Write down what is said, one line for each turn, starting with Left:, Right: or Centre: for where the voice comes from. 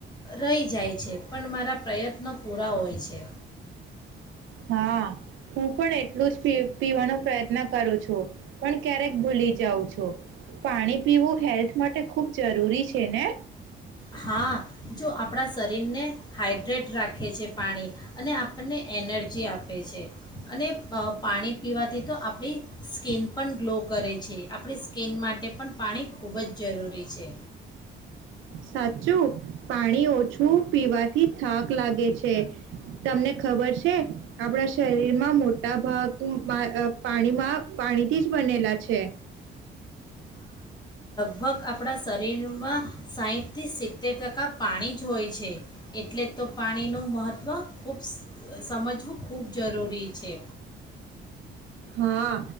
Left: રહી જાય છે પણ મારા પ્રયત્નો પૂરા હોય છે.
Right: હા હું પણ એ એટલું જ પી-પીવાનો પ્રયત્ન કરુ છું પણ ક્યારેક ભૂલી જાવ છો પાણી પીવું હેલ્થ માટે ખૂબ જરૂરી છે ને?
Left: હા જો આપણા શરીરને હાઈડ ટ્રેટ રાખે છે પાણી અને આપણને એનર્જી આપે છે. અને અ પાણી પીવાથી તો આપડી સ્કીિન પણ ગ્લો કરે છે. આપણી સ્કીન માટે પણ પાણી ખૂબ જ જરૂરી છે.
Right: સાચું પાણી ઓછું પીવાથી થાક લાગે છે તમને ખબર છે? આપણા શરીરમાં આ મોટા ભાગ ઉમ-અ પાણીમાં પાણી થીજ બનેલા છે.
Left: ભગ આપણા શરીરમાં સાઈઠથી સિત્તેર ટકા પાણી જ હોય છે, એટલે તો પાણીનું મહત્ત્વ ખૂબ્સ સમજવું ખૂબ જરૂરી છે.
Right: હા,